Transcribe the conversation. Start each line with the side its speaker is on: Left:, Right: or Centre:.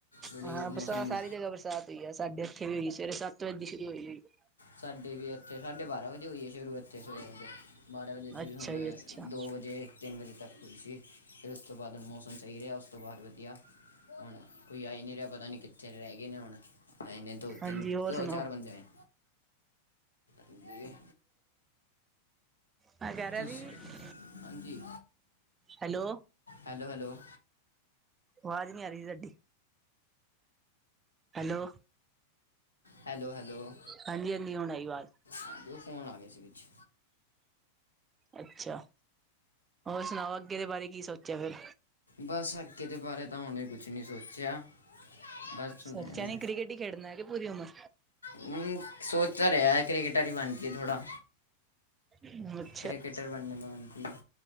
Left: ਬੜੀ
Right: ਹਾਂ,
Left: ਮੌਸਮ
Right: ਬਰਸਾਤ ਸਾਰੀ ਜਗ੍ਹਾ ਬਰਸਾਤ ਹੋਈ ਹੈ। ਸਾਡੇ ਏਥੇ ਵੀ ਹੋਈ। ਸਵੇਰੇ ਸੱਤ ਵਜੇ ਦੀ ਸ਼ੁਰੂ ਹੋਈ ਹੋਈ ਹੈ।
Left: ਸਾਡੇ ਵੀ ਇੱਥੇ ਸਾਢੇ ਬਾਰਾਂ ਵਜੇ ਹੋਈ ਏ, ਸ਼ੁਰੂ ਇੱਥੇ ਸਵੇਰੇ ਦੇ। ਬਾਰਾਂ ਵਜੇ ਤੇ
Right: ਅੱਛਾ
Left: ਹੁਣ
Right: ਜੀ ਅੱਛਾ
Left: ਦੋ ਵਜੇ। ਤਿੰਨ ਵਜੇ ਤੱਕ ਸੀ। ਫਿਰ ਉਸ ਤੋਂ ਬਾਅਦ ਮੌਸਮ ਸਹੀ ਰਿਹਾ। ਉਸ ਤੋਂ ਬਾਅਦ ਵਧੀਆ। ਹੁਣ, ਕੋਈ ਆਈ ਨਹੀਂ ਰਿਹਾ। ਪਤਾ ਨਹੀਂ ਕਿੱਥੇ ਰਹਿ ਗਏ ਨੇ ਹੁਣ। ਆਏ ਨੇ ਦੋ-
Right: ਹਾਂਜੀ
Left: ਤਿੰਨ,
Right: ਹੋਰ
Left: ਦੋ-
Right: ਸੁਣਾਓ
Left: ਚਾਰ ਬੰਦੇ ਆਏ ਨੇ। ਜੀ।
Right: ਮੈਂ ਕਹਿ ਰਿਹਾ
Left: ਤੁਸੀ-
Right: ਸੀ
Left: ਹਾਂਜੀ।
Right: Hello
Left: hello, hello!
Right: ਆਵਾਜ਼ ਨੀ ਆ ਰਹੀ ਤੁਹਾਡੀ। ਹੈਲੋ।
Left: Hello hello!
Right: ਹਾਂਜੀ ਹਾਂਜੀ ਹੁਣ ਆਈ ਆਵਾਜ਼
Left: ਹਾਂਜੀ, ਉਹ ਫੋਨ ਆ ਗਿਆ ਸੀ ਵਿੱਚ।
Right: ਅੱਛਾ। ਹੋਰ ਸੁਣਾਓ, ਅੱਗੇ ਦੇ ਬਾਰੇ ਕੀ ਸੋਚਿਆ ਫਿਰ?
Left: ਬਸ, ਅੱਗੇ ਦੇ ਬਾਰੇ ਤਾ ਹੁਣ ਕੁਛ ਨਹੀਂ ਸੋਚਿਆ। ਬਸ ਹੁਣੇ
Right: ਸੋਚਿਆ ਨੀ ਕ੍ਰਿਕੇਟ ਹੀ ਖੇਡਣਾ ਕਿ ਪੂਰੀ ਉਮਰ?
Left: ਹੂ, ਸੋਚ ਤਾਂ ਰਿਹਾ ਕ੍ਰਿਕਟਰ ਹੀ ਬਣ ਕੇ ਥੋੜਾ
Right: ਹੂ <unintelligible>
Left: ਕ੍ਰਿਕੇਟਰ ਬਣ ਜਾਂਦਾ ਹਾਂ ਆਂਟੀ।